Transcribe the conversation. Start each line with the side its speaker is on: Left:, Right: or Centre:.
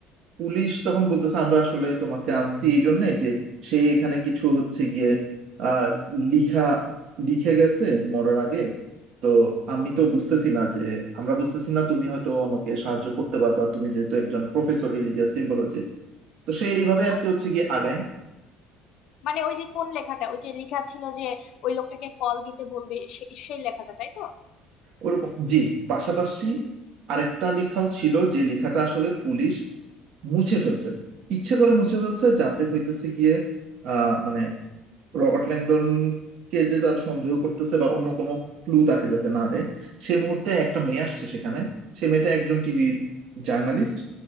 Right: পুলিশ তখন বলতেছে আমরা আসলে তোমাকে আনছি এই জন্য যে সে এখানে কিছু হচ্ছে গিয়ে আহ লিখা লিখে গেছে মরার আগে তো আমি তো বুঝতেছি না যে আমরা বুঝতেছি না তুমি হয়তো আমাকে সাহায্য করতে পারবা তুমি যেহেতু একজন প্রফেসর রিলিজিয়াস সিম্বলজির তো সে এইভাবে আর
Left: আচ্ছা
Right: কি হচ্ছে গিয়ে আগায়
Left: মানে ওই যে কোন লেখাটা ওই যে লেখা ছিল যে ওই লোকটাকে কল দিতে বলবে সে- সেই লেখাটা তাই তো
Right: ওরকম জি পাশাপাশি আরেকটা লেখাও ছিল যে লেখাটা আসলে পুলিশ মুছে ফেলছে ইচ্ছে করে মুছে ফেলছে যাতে হইতেছে গিয়ে আহ মানে রবার্ট ল্যাংডন কে যে তারা সন্দেহ করতেছে বা অন্য কোনো ক্লু তাকে যাতে না দেয় সেই মুহূর্তে একটা মেয়ে আসছে সেখানে সে মেয়েটা একজন টিভি জার্নালিস্ট